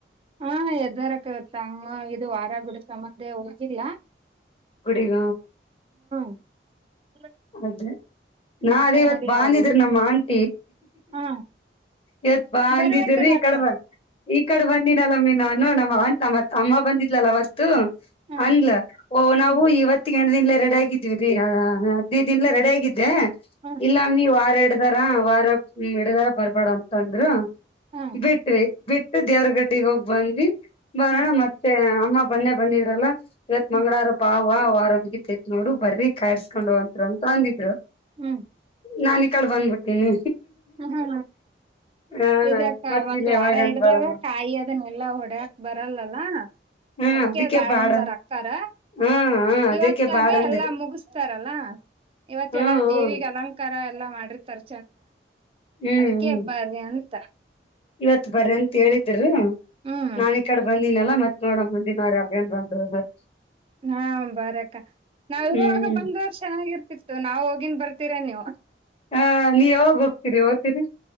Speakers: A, on the right (about 30°); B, on the left (about 30°).
A: ಹಾ ಎದ್ದಾರಕ್ಕ ಇಂಗ ಇದು ವಾರ ಬಿಡು ಸಂಬಂಧ ಹೋಗಿಲ್ಲ.
B: ಗುಡಿಗ.
A: <unintelligible>
B: ಅದೇ ನಾ
A: ಹಂಗ
B: ಅದೇ ಇವತ್
A: ನೋಡಿ
B: ಬಾ
A: ಅವರು
B: ಅಂದಿದ್ರ ನಮ್ಮ ಆಂಟಿ.
A: ಹಾ
B: ಇವತ್ತ್ ಬಾ ಅಂಗಿದೀರಿ
A: ಬರ್ಬೇಕಲ್ಲ ಅಕ್ಕ
B: ಕಡಮ. ಈ ಕಡೆ ಬಂದಿನಲ್ಲಮ್ಮಿ ನಾನು ನಮ್ಮ್ಂ ನಮ್ಮ ಅಮ್ಮ ಬಂದಿದ್ಲಲ್ಲ ಅವತ್ತ.
A: ಹಾ
B: ಅನ್ಲ ಓ ನಾವು
A: ಹ್ಮ್
B: ಇವತ್ತಿಗ ದೀನ್ಲೆ ರೆಡಿ ಆಗಿದ್ವಿ ರೀ. ಹದಿನೈದ ದಿನ್ಲೇ ರೆಡಿ ಆಗಿದ್ದೆ
A: ಹ್ಮ್
B: ಇಲ್ಲಮ್ಮ ನೀವು ಆರಡು. ಹಿಡ್ದಾರ ವಾರ ಹಿಡದಾರ ಬರ್ಬೇಡ ಅಂತಂದ್ರರು
A: ಹ್ಮ್
B: ಬಿಟ್ವಿ ಬಿಟ್. ಮ ದ್ಯಾರಗಡ್ಡಿಗೆ ಹೋಗ್ ಬಂದ್ವಿ ಬರೋಣ
A: ಹ್ಮ್
B: ಮತ್ತೆ ಅಮ್ಮ ಮನ್ನೇ ಬಂದಿದ್ರಲ್ಲ. ಇವತ್
A: ಹ್ಮ್
B: ಮಂಗಳಾರ ಬಾವ ವಾರ ಮುಗಿತೇತೀ ನೋಡು ಬರಿ ಕಾಯಸ್ಕೊಂಡ್. ಅಂತ ಅಂದಿದ್ರು
A: ಹ್ಮ್
B: ನಾನ ಈ ಕಡೆ ಬಂದ್ಬಿಟ್ಟೀನಿ.
A: ಹಾ.
B: ಹ
A: ಇದಕ್ಕ ಮತ್ತ
B: ಇನ್ ಯಾವಾಗನ್
A: ವಾರ ಹಿಡ್ದಾಗ
B: ಬರಮ್ಮ
A: ಕಾಯಿ ಅದನ್ನೆಲ್ಲಾ ಒಡ್ಯಾಕ್ ಬರಲ್ಲಲ್ಲ.
B: ಹಾ
A: ಅದಕೆ
B: ಅದಕ್ಕೆ
A: ಬ್ಯಾಡ್
B: ಬಾಡ
A: ಅಂದಾರ್ ಅಕ್ಕಾರ.
B: ಹಾ ಹ ಅದಕ್ಕೆ
A: ಇವತ್ತ
B: ಬಾಡ
A: ಆದ್ರೆ
B: ಅಂದ್ರಿ
A: ಎಲ್ಲಾ ಮುಗಸ್ತಾರಲ್ಲ. ಇವತ್ತೆಲ್ಲ
B: ಹ್ಮ್ ಹ್ಮ್
A: ದೇವಿಗೆ ಅಲಂಕಾರ ಎಲ್ಲಾ ಮಾಡಿರ್ತರ್.
B: ಹ್ಮ್
A: ಅದಕ್ಕೆ
B: ಹ್ಮ್
A: ಬರ್ರಿ ಅಂತ.
B: ಇವತ್ ಬರ್ರಿ ಅಂತ ಹೇಳಿದ್ದೀರಿ
A: ಹ್ಮ್
B: ನಾ ಈ ಕಡೆ ಬಂದಿನಲ್ಲ. ಮತ್ತ ನೋಡೋಣ ಮುಂದಿನವಾರ ಬಂದ ಹೋದ್ರ ಆತ.
A: ಹಾ ಬರಕ್ಕ ನಾವ್ ಇರೋವಾಗ
B: ಹ್ಮ್
A: ಬಂದ್ ಹೋದ್ರ ಚೆನ್ನಾಗಿರ್ತಿತ್ತು ನಾವ್ ಹೋಗಿನ್ ಬರ್ತಿ. ತೀರ ನೀವು.
B: ಹ ನೀ ಯಾವಾಗ ಹೋಗ್ತೀರಿ ಹೋಗ್ತೀರಿ.